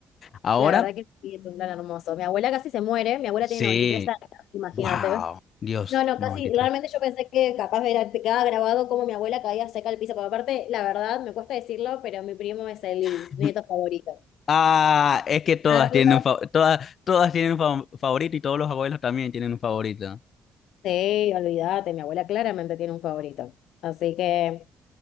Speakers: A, on the left (about 55°); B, on the left (about 85°).
A: Ahora,
B: La verdad que sí, es un plan hermoso. Mi abuela casi se muere, mi abuela
A: sí,
B: tiene 93 años, imagínate.
A: wow, Dios,
B: No, no,
A: noventa
B: casi,
A: y tres.
B: realmente yo pensé que capaz era, te quedaba grabado como mi abuela caía seca al piso, porque aparte, la verdad, me cuesta decirlo, pero mi primo es el
A: <laughs>
B: nieto favorito.
A: Ah, es que todas
B: Carlos,
A: tienen un, fa- todas, todas tienen un fa- favorito y todos los abuelos también tienen un favorito.
B: sí, olvídate, mi abuela claramente tiene un favorito. Así que